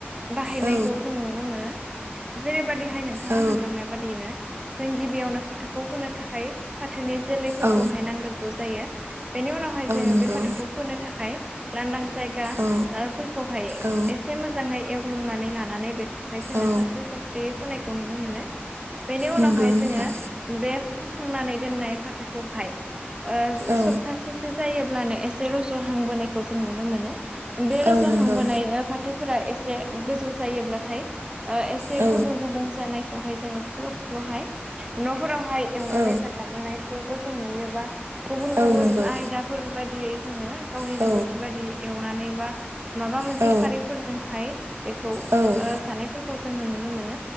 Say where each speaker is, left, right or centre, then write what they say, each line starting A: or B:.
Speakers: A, on the right; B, on the right.
A: बाहायनायखौ
B: औ
A: जों नुनो मोनो जेनेबा देहाय नों नोंथाङा
B: औ
A: होनलांनाय बादियैनो जों गिबियावनो फाथोखौ फोनो थाखाय फाथोनि जोलैफोरखौहाय
B: औ
A: नांग्रोगौ जायो। बेनि उनावहाय जोङो
B: नंगौ
A: बे फाथोखौ फोनो थाखाय लांदां जायगा
B: औ
A: फोरखौहाय
B: औ
A: एसे मोजाङै एगव्लुंनानै लानानै बे ओमफाय जोङो
B: औ
A: सारस्रि सारस्रियै फोनायखौ नुनो मोनो बेनि उनावहाय
B: नंगौ नोंथां
A: जोङो बे फोखांनानै दोननाय फाथोखौहाय ओ
B: औ
A: सासेसो जायोब्लानो एसे रज'हांबोनायखौ जों नुनो मोनो। बे रजुहांबोनाय
B: औ नंगौ
A: फाथोफोरा एसे गोजौ जायोब्लाथाय‌ ओ एस एसे
B: औ
A: गुबुं - गुबुं जानायखौहाय जोङो फुख्ल' फुख्ल'हाय न'फोरावहाय एवनानै
B: औ
A: जा जाबोनायखौबो जों नुयोबा गुबुन -
B: औ
A: गुबुन
B: नंगौ
A: आयदाफोर बायदियै जोङो गावनि
B: औ
A: रोंगौथि बादि एवनानै बा माबा मोनसे
B: औ
A: खारिफोरजोंहाय बेखौ
B: औ।
A: सानायफोरखौ जोङो नुनो मोनो